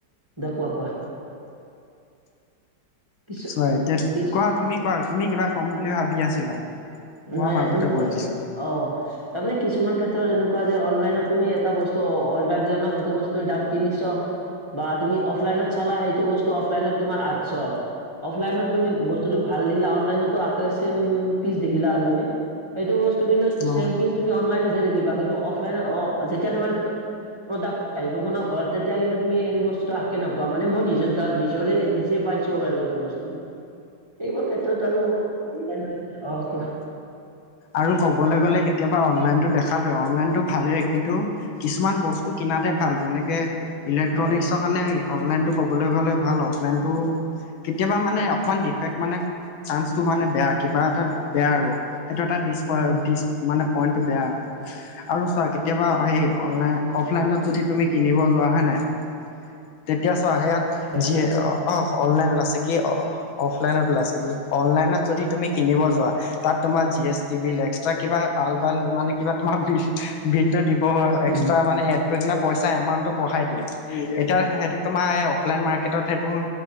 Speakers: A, on the right; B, on the left.
A: দে কোৱা কোৱা কিছু
B: চোৱা এতিয়াত
A: কিছু
B: কোৱা তুমি কোৱা তুমি কিবা কম বুলি ভাবি আছিলা। মই
A: নাই
B: মাজতে
A: নাই তুমি
B: কৈ
A: কোৱা
B: দিছিলো
A: অঁ তাৰমানে কিছুমান ক্ষেত্ৰত এনেকুৱা যে অনলাইনত তুমি এটা বস্তু অৰ্ডাৰ দিলা ন, সেইটো বস্ত দাম তিনিশ। বা তুমি অফলাইনত চালা সেইটো বস্তু অফলাইনত তোমাৰ আঠশ। অফলাইনত তুমি বস্তুতটো ভাল দেখিলা অনলাইনতো একেই চেইম পিছ দেখিলা আৰু তুমি, সেইটো বস্তু কিন্তু
B: অ
A: চেম টো তুমি অনলাইনতে দেখিবা, কিন্তু অফলাইনত অ যেতিয়া তোমাৰ প্ৰডাক্ট আহিব ম ন ঘৰত তেতিয়া কিন্তু তুমি সেই বস্তুটো আকে নপোৱা, মানে মই নিজৰ নিজ নিজে পাইছো। ছো বাৰু এইটো বস্তু এইবোৰ ক্ষেত্ৰত আৰু অনলাইত অহঁ কোৱা?
B: আৰু ক'বলৈ গ'লে কেতিয়াবা অনলাইনটো দেখাটোৱে, অনলাইনটো ভালেই কিন্তু কিছুমান বস্তু কিনাতে ভাল যেনেকে ইলেক্ট্ৰনিক্সৰ
A: হয় হয়
B: কাৰণে অনলাইনটো ক'বলৈ গ'লে ভাল, অফলাইনটো কেতিয়াবা মানে এখন ডিফেক্ট মানে চাঞ্চটো মানে বেয়া কিবা এটা বেয়া আৰু। সেইটো এটা ডিছপ
A: উম,
B: ডিচ মানে পইণ্টটো বেয়া আও। আৰু চোৱা কেতিয়াবা সেই অনলাইন অফলাইনত যদি তুমি কিনিব যোৱা হয় নাই। তেতিয়া চা সেয়াত
A: হয়
B: যিয়ে
A: হয়
B: অঁ অনলাইন ওলাইছে কি অ অফলাইনত ওলাইছে কি অনলাইনত যদি তুমি কিনিব যোৱা, তাত তোমা জিএছটি বিল এক্সট্ৰা কিবা আল বাল মানে কিবা তোমা বিল বিলটো দিব এক্সট্ৰা
A: উম
B: মানে কিনে পইচা এমাউন্টো বঢ়াই দিয়ে, এতিয়া সেইটো তোমাৰ এই অফলাইন মাৰ্কেটত সেইটো